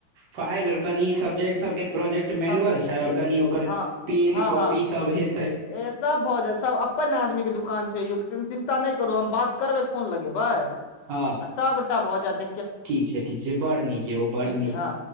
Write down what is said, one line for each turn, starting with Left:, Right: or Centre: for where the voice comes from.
Right: फाइल आओर कनि सब्जेक्ट सबके प्रोजेक्ट मेनुअल
Left: सब्जी
Right: छै आओर कनि ओकर
Left: हँ
Right: पेन
Left: हँ
Right: कॉपी
Left: हँ
Right: सब हे
Left: ए सब भऽ जा सब अपन आदमी के दुकान छै यौ चिन्ता नहि करू हम बात करबै फोन लगेबै।
Right: हँ।
Left: सबटा भ जाएत।
Right: ठीक छै ठीक छै बड़ नीक य ओ बड़ नीक।
Left: छै हँ